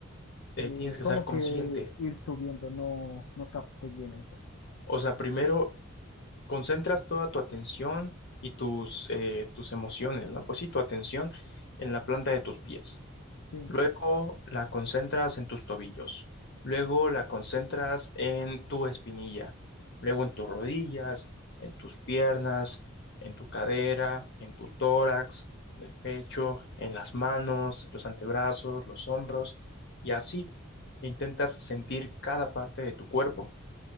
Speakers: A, on the left; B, on the left.
A: Eh,
B: Eh, tienes que
A: como
B: ser consciente.
A: que ir subiendo, no, no capté bien eso.
B: O sea, primero concentras toda tu atención y tus, eh, tus emociones, ¿no? Pues sí, tu atención en la planta de tus pies.
A: Sí,
B: Luego la concentras en tus tobillos. Luego la concentras en tu espinilla. Luego en tus rodillas, en tus piernas, en tu cadera, en tu tórax, en el pecho, en las manos, los antebrazos, los hombros. Y así intentas sentir cada parte de tu cuerpo.